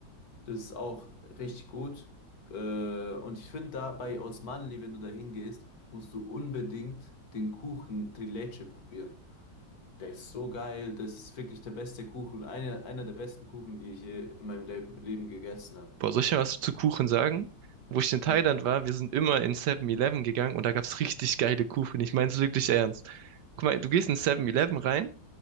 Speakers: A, on the left; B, on the right.
A: Das ist auch richtig gut. Äh, und ich finde da bei Osmanli, wenn du da hingehst, musst du unbedingt den Kuchen Trileçe probieren. Der ist so geil. Das ist wirklich der beste Kuchen. Einer, einer der besten Kuchen, die ich je in meinem Leben, Leben gegessen habe.
B: Boah, soll ich dir was zu Kuchen sagen? Wo ich in Thailand
A: Sag ab.
B: war, wir sind immer in Seven eleven gegangen und da gab's richtig geile Kuchen. Ich mein's wirklich ernst. Guck mal, du gehst in Seven eleven rein